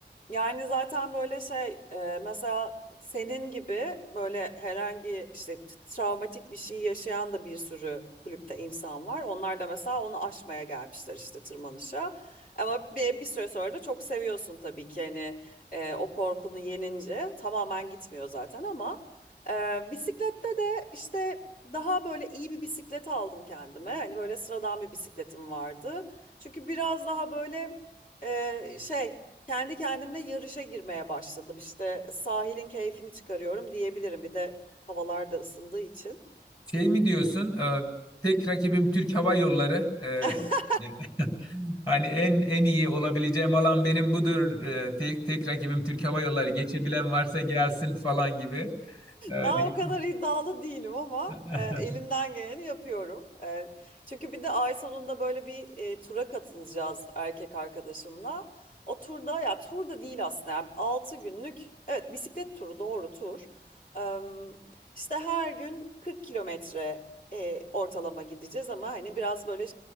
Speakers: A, on the left; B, on the left.
A: yani zaten böyle şey e, mesela senin gibi böyle herhangi işte t- travmatik bir şey yaşayan da bir sürü kulüpte insan var. Onlar da mesela onu aşmaya gelmişler işte tırmanışa. Ama bir, bir süre sonra da çok seviyorsun tabii ki hani e, o korkunu yenince tamamen gitmiyor zaten ama e, bisiklette de işte daha böyle iyi bir bisiklet aldım kendime. Hani böyle sıradan bir bisikletim vardı. Çünkü biraz daha böyle e, şey Kendi kendimle yarışa girmeye başladım. İşte sahilin keyfini çıkarıyorum diyebilirim. Bir de havalar da ısındığı için.
B: Şey mi diyorsun? e, tek rakibim Türk Hava Yolları. Ee,
A: <laughs>
B: <laughs> hani en en iyi olabileceğim alan benim budur. Ee, tek tek rakibim Türk Hava Yolları. Geçebilen varsa gelsin falan gibi. Yani
A: Daha o kadar iddialı değilim ama
B: <laughs>
A: e, elimden geleni yapıyorum. E, çünkü bir de ay sonunda böyle bir e, tura katılacağız erkek arkadaşımla. O turda ya tur da değil aslında. Yani 6 günlük evet bisiklet turu doğru tur. Em, işte her gün 40 kilometre e, ortalama gideceğiz ama hani biraz böyle